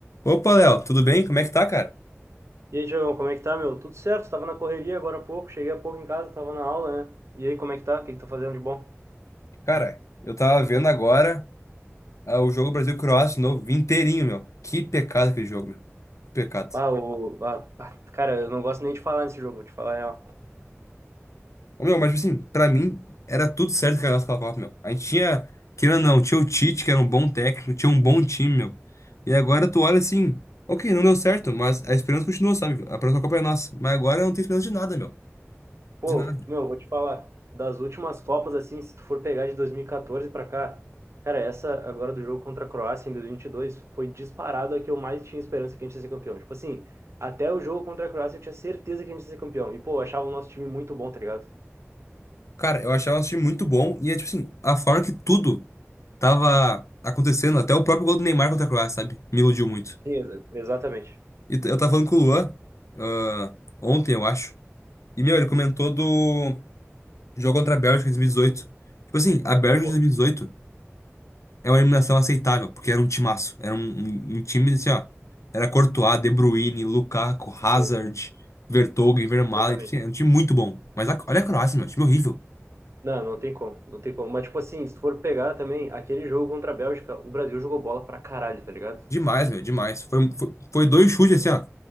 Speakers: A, on the left (about 80°); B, on the right (about 65°).
A: Opa, Léo, tudo bem? Como é que tá, cara?
B: E aí, Diogão, como é que tá, meu? Tudo certo, tava na correria agora há pouco, cheguei há pouco em casa, tava na aula, né? E aí, como é que tá? O que que tá fazendo de bom?
A: Cara, eu tava vendo agora ah, o jogo Brasil-Croácia de novo, vi inteirinho, meu. Que pecado aquele jogo, meu. Que pecado.
B: Ah, o... ah, ah, cara, eu não gosto nem de falar nesse jogo, vou te falar a real.
A: Ô, meu, mas tipo assim, pra mim era tudo certo que a nossa Copa, meu. A gente tinha, querendo ou não, tinha o Tite, que era um bom técnico, tinha um bom time, meu. E agora tu olha assim, ok, não deu certo, mas a esperança continua, sabe? A próxima Copa é nossa. Mas agora eu não tenho esperança de nada, meu.
B: Pô,
A: De nada.
B: meu, vou te falar, das últimas Copas, assim, se tu for pegar de 2014 pra cá, cara, essa agora do jogo contra a Croácia em dois mil e e vinte e dois foi disparado a que eu mais tinha esperança que a gente ia ser campeão. Tipo assim, até o jogo contra a Croácia eu tinha certeza que a gente ia ser campeão. E, pô, eu achava o nosso time muito bom, tá ligado?
A: Cara, eu achava um time muito bom e é tipo assim, a forma que tudo tava acontecendo, até o próprio gol do Neymar contra a Croácia, sabe? Me iludiu muito.
B: Sim, exa- exatamente.
A: E t- eu tava falando com o Luan, ah, ontem, eu acho. E, meu, ele comentou do jogo contra a Bélgica em 2018. Tipo assim, a Bélgica
B: Pô,
A: de 2018 é uma eliminação aceitável, porque era um timaço. Era um, um, um time assim, ó. Era Courtois, De Bruyne, Lukaku, Hazard,
B: sim,
A: Vertonghen, Vermaelen.
B: exatamente.
A: Tipo assim, era um time muito bom. Mas a- olha a Croácia, meu, time horrível.
B: Não, não tem como, não tem como. Mas, tipo assim, se tu for pegar também aquele jogo contra a Bélgica, o Brasil jogou bola pra caralho, tá ligado?
A: Demais, meu, demais. Foi, foi, foi dois chutes assim, ó.